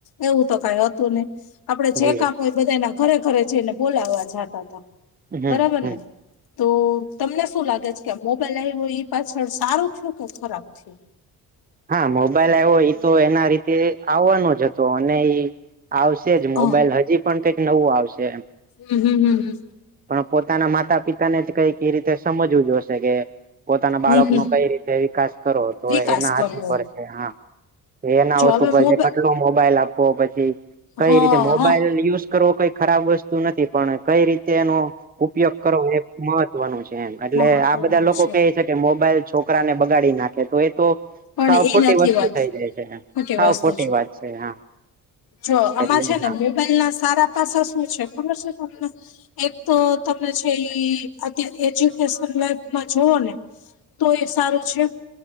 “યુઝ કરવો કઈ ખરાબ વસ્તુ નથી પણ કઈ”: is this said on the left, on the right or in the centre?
Right